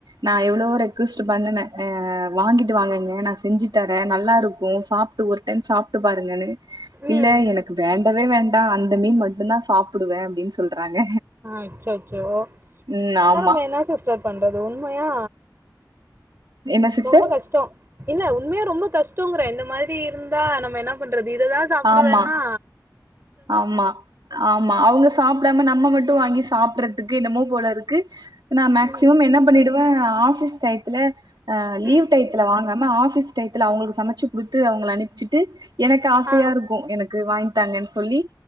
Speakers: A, on the right; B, on the right.
A: நா எவ்வளோ ரிக்வஸ்ட் பண்ணண அ வாங்கிட்டு வாங்க நா செஞ்சு தர நல்லா இருக்கும் சாப்ட்டு ஒரு டைம் சாப்ட்டு பாருங்கன்னு
B: ம்.
A: இல்ல எனக்கு வேண்டவே வேண்டா அந்த மீன் மட்டு தா சாப்டுவ அப்டின்னு சொல்றாங்க
B: அ அச்சச்சோ இருந்தாலு
A: ம் ஆமா
B: நம்ம என்ன சிஸ்டர் பண்றது உண்மையா
A: என்ன சிஸ்டர்
B: ரொம்ப கஷ்ட இல்ல உண்மையா ரொம்ப கஷ்டங்கிற இந்த மாதிரி இருந்தா நம்ம என்ன பண்றது இததா சாப்டுவண்ணா
A: ஆமா ஆமா ஆமா அவங்க சாப்டாம நம்ம மட்டும் வாங்கி சாப்டுறதுக்கு என்னமோ போல இருக்கு நா மேக்சிமம்
B: ம்
A: என்ன பண்ணிடுவ ஆஃபீஸ் டைத்துல் லீவ்
B: ம்
A: டைத்துல வாங்கமா ஆஃபீஸ் டைத்துல அவங்களுக்கு சமைச்சு கொடுத்து அவங்கல அனுப்பிச்சுட்டு எனக்கு ஆசையா
B: ஆ
A: இருக்கும் எனக்கு வாங்கி ட்டாங்கன் சொல்லி